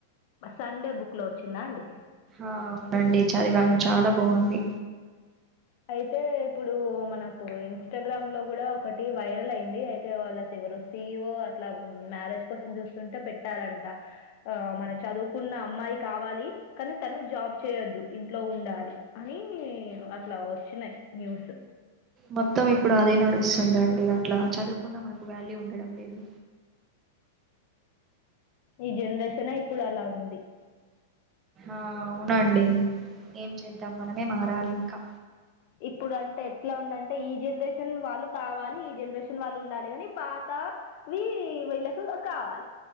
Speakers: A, on the left (about 50°); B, on the right (about 25°).
A: సండే బుక్ లో వచ్చిందా అండి,
B: ఆ అవునండి చదివాను చాలా బాగుంది.
A: అయితే ఇప్పుడు మనకు ఇన్స్టాగ్రామ్ లో కూడా ఒకటి వైరల్ అయింది, అయితే వాళ్ళ ఎవరో సిఒ అట్లా మ్యారేజ్ కోసం చూస్తుంటే పెట్టాలంట ఆ మన చదువుకున్న అమ్మాయి కావాలి కానీ తను జాబ్ చేయొద్దు ఇంట్లో ఉండాలి అని, అట్లా వచ్చినాయి న్యూస్,
B: మొత్తం ఇప్పుడు అదే నడుస్తుందండి. ఇట్లా చదువుకున్నా మనకు వ్యాల్యూ ఉండడం లేదు,
A: ఈ జనరేషన్ నే ఇప్పుడు అలా ఉంది.
B: ఆ అవునండి ఏం చేద్దాం, మనమే మారాలి ఇంకా
A: ఇప్పుడు అంటే ఎట్లా ఉందంటే ఈ జనరేషన్ వాళ్ళు కావాలి, ఈ జనరేషన్ వాళ్ళు ఉండాలి కాని పాతవి వీళ్ళకి కావాలి.